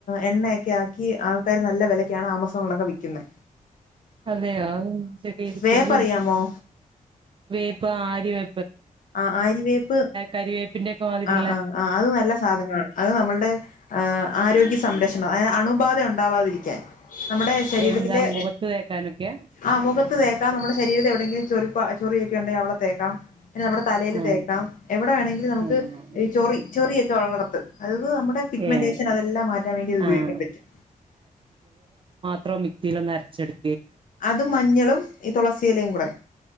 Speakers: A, on the left; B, on the right.
A: എണ്ണയൊക്കെ ആക്കി ആ ക്കയർ നല്ല വിലയ്ക്കാണ് ആമസോണിലൊക്കെ വിക്കുന്നെ
B: അതെയോ <unintelligible> ശരിരിക്കത്
A: വേപ്പറിയാമോ
B: വേപ്പ് ആരി വേ
A: ആ അരിവേപ്പ്
B: കരിവേപ്പിന്റെ ഒക്കെ മാതിരിള്ള
A: ആ ആ ആ അത് നല്ല സാധനമാണ് അത് നമ്മളുടെ ആ ആരോഗ്യ തംരക്ഷണം അത് അണുബാധ ഉണ്ടാവാതിരിക്കാൻ നമ്മുടെ ശരീരത്തിലെ
B: എന്താ മുഖത്ത് തേക്കാനൊക്കെയാ
A: ആ മുഖത്ത് തേക്കാം നമ്മുടെ ശരീരത്തെ എവിടെയെങ്കിലും ചൊറി പ്പ ചൊറിയൊക്കെ ഉണ്ടേ അവിടത്തേക്കാം പിന്ന നമ്മുടെ തലയിൽ
B: ആഹ്
A: തേക്കാം എവിടെ വേണെങ്കില് നമുക്ക്
B: ആഹ്
A: ഈ ചൊറി ചൊറിയൊ തൊള്ളടത്ത് അത് ത് നമ്മുടെ പിഗ്മെന്റേഷൻ
B: ഏഹ്
A: അതെല്ലാം മാറ്റാൻ വേണ്ടിത് ഉപയോഗിക്കാൻ
B: ആഹ്
A: പറ്റും
B: ത്രേം മിക്സിയിലൊന്ന് അരച്ചെടു
A: അത് മഞ്ഞളും ഈ തുളസിയിലയും കൂടെ